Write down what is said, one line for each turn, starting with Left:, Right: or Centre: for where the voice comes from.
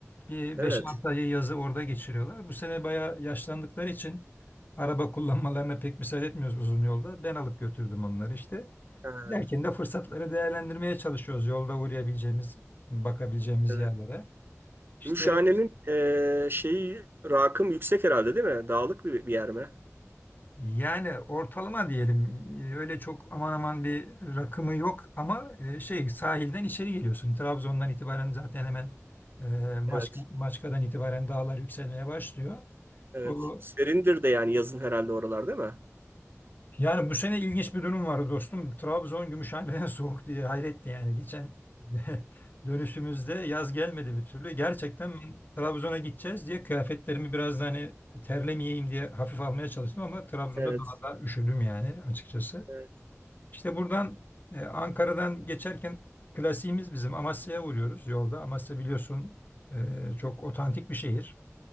Left: Bir
Right: Evet.
Left: beş altı ayı yazı orada geçiriyorlar. Bu sene bayağı yaşlandıkları için araba kullanmalarına pek müsaade etmiyoruz uzun yolda. Ben alıp götürdüm onları işte.
Right: Ha,
Left: Giderken de fırsatları değerlendirmeye çalışıyoruz. Yolda uğrayabileceğimiz, bakabileceğimiz
Right: evet.
Left: yerlere. İşte
Right: Gümüşhane'nin e, şeyi rakım yüksek herhalde değil mi? Dağlık bir, bir yer mi?
Left: yani ortalama diyelim e, öyle çok aman aman bir rakımı yok ama e, şey sahilden içeri geliyorsun. Trabzon'dan itibaren zaten hemen e, Maçka,
Right: Evet.
Left: Maçka'dan itibaren dağlar yükselmeye başlıyor.
Right: Evet.
Left: O
Right: Serindir de yani yazın herhalde oralar değil mi?
Left: Yani bu sene ilginç bir durum vardı dostum. Trabzon Gümüşhane'den <laughs> soğuk diye hayretti yani. Geçen <laughs> dönüşümüzde yaz gelmedi bir türlü. Gerçekten ben Trabzon'a gideceğiz diye kıyafetlerimi biraz da hani terlemeyeyim diye hafif almaya çalıştım ama Trabzon'da
Right: Evet.
Left: daha da üşüdüm yani açıkçası.
Right: Evet.
Left: İşte buradan e, Ankara'dan geçerken klasiğimiz bizim Amasya'ya uğruyoruz yolda. Amasya biliyorsun e, çok otantik bir şehir.